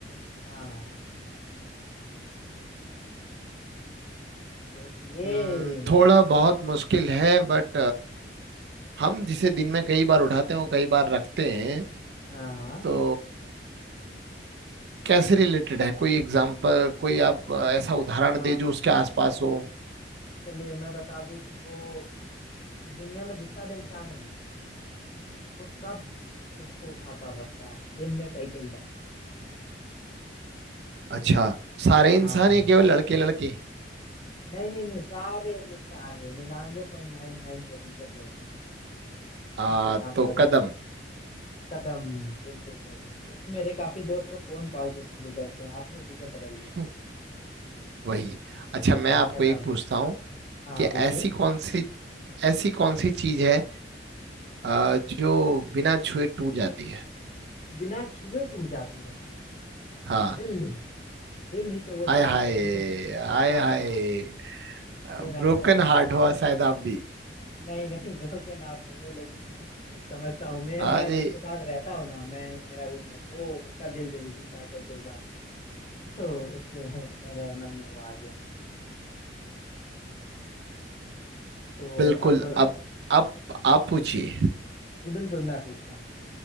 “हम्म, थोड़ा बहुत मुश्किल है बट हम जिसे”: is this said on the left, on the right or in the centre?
Right